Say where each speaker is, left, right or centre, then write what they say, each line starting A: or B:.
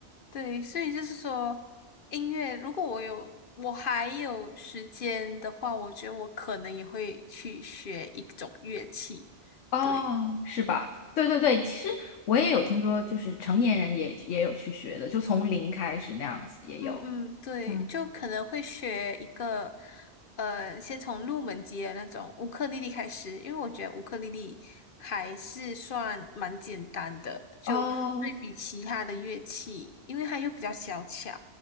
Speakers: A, on the left; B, on the left.
A: 对，所以就是说，音乐，如果我有我还有时间的话，我觉得我可能也会去学一种乐器。
B: 哦，
A: 对。
B: 是吧？对对对，其实我也有听说，就是成年人也也有去学的，就从零开始那样子也有。
A: 嗯嗯，对，
B: 嗯，
A: 就可能会学一个，呃，先从入门级的那种乌克丽丽开始，因为我觉得乌克丽丽还是算蛮简单的，就对比其他的乐器，
B: 哦，
A: 因为它又比较小巧。